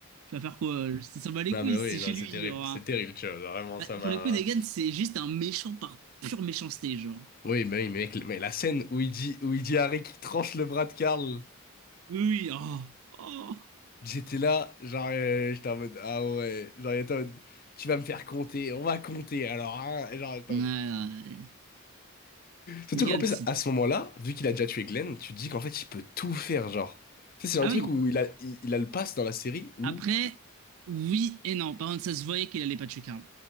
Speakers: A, on the right; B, on the left.
A: tu vas faire quoi? Ça s'en bat les
B: Non
A: couilles,
B: mais oui,
A: c'est chez
B: non,
A: lui,
B: c'est terrible,
A: genre. hein.
B: c'est terrible, tu vois, genre, vraiment
A: Ah,
B: ça m'a...
A: Pour le coup, Negan, c'est juste un méchant par pure méchanceté, genre.
B: Oui, mais oui, mec, mais la scène où il dit, où il dit à Rick qu'il tranche le bras de Carl,
A: Oui, oui, oh, oh.
B: j'étais là, genre, euh, j'étais en mode, ah ouais, genre, il était en mode, tu vas me faire compter, on va compter, alors, hein, et genre, j'étais
A: Ouais,
B: en mode...
A: ouais. ouais.
B: Surtout
A: Negan,
B: qu'en plus,
A: c'est.
B: à ce moment-là, vu qu'il a déjà tué Glenn, tu te dis qu'en fait, il peut tout faire, genre. Tu sais, c'est
A: Ah
B: un truc
A: oui.
B: où il a, il, il a le pass dans la série où,
A: Après, Oui et non. Par contre, ça se voyait qu'il allait pas tuer Karl.